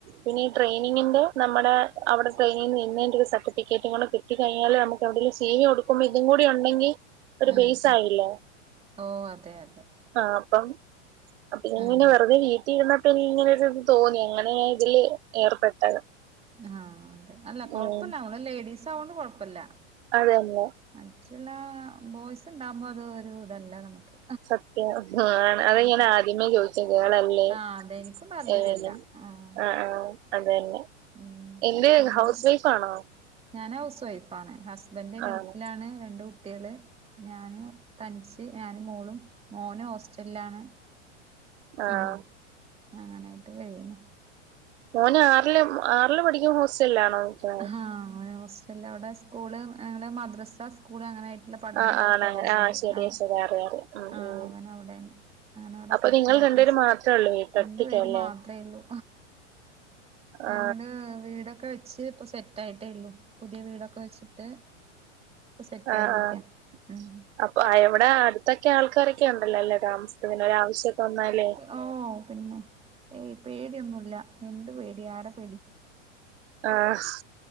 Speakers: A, on the right (about 70°); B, on the right (about 15°).
A: പിന്നെ ഈ ട്രെയിനിങ്ങിന്റെ നമ്മടെ അവ്ടെ ട്രെനിങ് നിന്നെന്റെ ഒരു സർട്ടിഫിക്കറ്റും കൂടെ കി ട്ടി കിഴിഞ്ഞാല് നമുക്ക് എവിടെലും സി വി കൊടുക്കുമ്പോ ഇത് കൂടി ഉണ്ടെങ്കി ഒരു
B: ഉം
A: ബേസ്
B: ഉം
A: ആയില്ലേ
B: ഓ അതെ അതെ
A: ആഹ് അപ്പം അപ്പ <unintelligible>
B: ഉം
A: അപ്പൊ വീട്ടി ഇരുന്നപ്പ ഇനി ഇങ്ങനെ തോന്നി അങ്ങനെ ഇതില് ഏർപ്പെട്ടത്
B: ആഹ് അതെ അല്ല കൊഴപ്പല്ല
A: ഉം
B: നമ്മള് ലേഡീസ് ആവോണ്ട് കൊഴപ്പല്ല
A: അതെല്ലെ
B: മറ്റുള്ള ബോയ്സ് ഉണ്ടാകുമ്പോ അത് ഒരു ഇതല്ല നമുക്ക്
A: സത്യം അത്
B: ഉം
A: ഞാൻ ആദ്യമേ ചോദിച്ച ഗേൾളല്ലേ
B: ആഹ് അതെ എനിക്കും താല്പര്യല്ല
A: ആഹ്
B: ആഹ്
A: ആഹ് അതന്നെ
B: ഉം
A: എന്ത്
B: നമ്മള്
A: ഹൌസ് വൈഫ് ആണോ?
B: ഞാൻ ഹൗസ് വൈഫ് ആണ് ഹസ്ബൻൻ്റ് ഗൾഫിലാണ്
A: ആഹ്
B: രണ്ട് കുട്ട്യാള് ഞാന് തനിച്ച് ഞാന് മോളും മോന് ഹോസ്റ്റലിലാണ്
A: ആഹ്
B: ഉം അങ്ങനൊയിട്ട് കഴിയുന്നു
A: മോന് ആറില് ആറില് പഠിക്കുമ്പൊ ഹോസ്റ്റലിലാണോ നിക്കുന്നത്
B: ആഹ് ഹോസ്റ്റലവിടെ സ്കൂള് മദ്രസ സ്കൂള് അങ്ങനെയാ നല്ല പഠനള്ള
A: ആ ആണ്
B: കോളേജ്ണ്ട്
A: ആ ശരിയാ
B: ആഹ്
A: ശരിയാ അറിയാം അറിയാം ഉം
B: ആഹ്
A: ഉം
B: അവന അവിടെണ് അങ്ങന അവിടെ
A: അപ്പൊ
B: സെറ്റിലാക്കി
A: നിങ്ങൾ രണ്ടുപേരും
B: വെച്ച്
A: മാത്രേ ഉള്ളൂ വീട്ടിൽ
B: രണ്ടു
A: ഒറ്റയ്ക്കല്ലേ
B: പേര് മാത്ര ഉള്ളൂ ഞങ്ങള്
A: ആ
B: വീടൊക്കെ വെ ഇപ്പ സെറ്റ് ആയിട്ടേള്ളു പുതിയ വീടൊക്കെ വെച്ചിട്ട് ഇപ്പൊ സെറ്റ്
A: ആഹ്
B: ആയിരിക്കാ
A: ആഹ്
B: ഉം
A: അപ്പൊ എവിടെ അടുത്തൊക്കെ ആൾക്കാരൊക്കെ ഉണ്ടല്ലോ താമസത്തിന് ഒരു ആവശ്യക്കെ വന്നാലേ
B: ഓഹ് പിന്നെ ഏയ് പേടിയൊന്നുല്ല എന്ത് പേടി ആരെ പേടി?
A: ആഹ്